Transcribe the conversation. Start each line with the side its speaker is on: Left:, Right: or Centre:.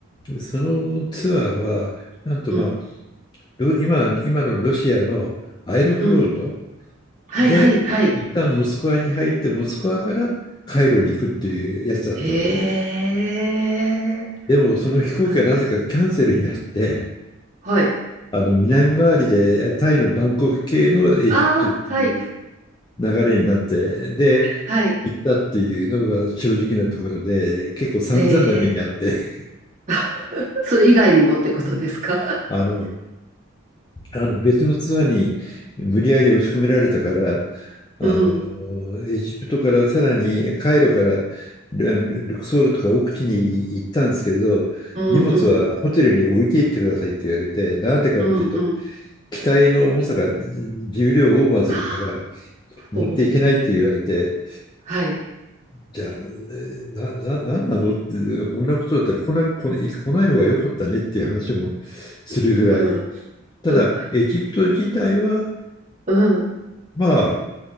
Left: そのツアーは、なんとまあ、
Right: うん、
Left: ロ今、今のロシアのアイロフロート
Right: うん。はい、
Left: で、
Right: はい、はい。
Left: 一旦モスクワに入って、モスクワからカイロに行くっていうやつだったんでね。
Right: え
Left: でも、その飛行機はなぜかキャンセルになって、
Right: えあはい。
Left: あの南回りでタイのバンコク系のエジプトっていう
Right: ああ、はい。
Left: 流れになって、で、
Right: はい。
Left: 行ったっていうのが正直なところで、結構散々な目にあって、
Right: ええ。あ <laughs> それ以外にもってことですか
Left: <laughs> あの、あの別のツアーに無理やり押し込められたから、あの、
Right: うん。
Left: エジプトからさらにカイロからルルクソールとか奥地に行ったんですけれど、
Right: うん、
Left: 荷物はホテルに置いていってくださいって言われて、
Right: うん。
Left: なんでかっていうと、
Right: うん、うん。
Left: 機体の重さが重量をオーバーするから
Right: ああ、
Left: 持っていけないって言われて、
Right: おお。はい。
Left: じゃあ、な、な、なんなのって、こんなことだったら来な、来ない来ない方が良かったねっていう話もするぐらい。
Right: うん。
Left: ただ、
Right: う、
Left: エジプト自体は、
Right: うん。
Left: まあ、